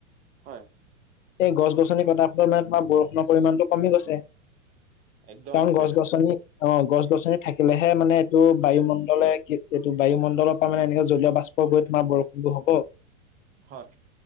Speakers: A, on the right; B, on the left.
A: হয়।
B: এই গছ গছনি কটা সুলনাত <unintelligible> বৰষুণৰ পৰিমাণটো কমি গৈছে।
A: একদম
B: কাৰণ
A: সেইটোৱে
B: গছ গছনি অ, গছ গছনি থাকিলেহে মানে এইটো বায়ুমণ্ডলে কি এইটো বায়ুমণ্ডলৰ পৰা মানে এনেকে জলীয় বাচ <unintelligible> গৈ তোমাৰ বৰষুণবো হব।
A: হয়।